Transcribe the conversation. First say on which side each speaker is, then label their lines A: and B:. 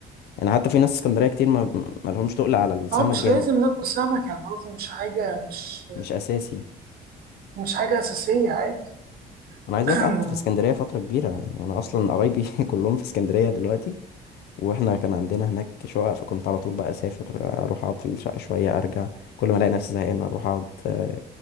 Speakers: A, on the left (about 70°); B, on the right (about 60°).
A: يعني حتى في ناس اسكندريه كتير ما ما لهمش تقل على السمك
B: اه مش
A: جامد
B: لازم ناكل سمك يعني قصدي مش حاجة مش
A: مش اساسي
B: مش حاجة أساسية عادي
A: انا عايز
B: <clears throat>
A: اقولك قعدت في اسكندريه فتره كبيره يعني انا اصلا قرايبي <laughs> كلهم في اسكندريه دلوقتي واحنا كان عندنا هناك شقق فكنت على طول بقى اسافر اروح اقعد في الشقه شويه ارجع كل ما الاقي نفسي زهقان اروح اقعد آه،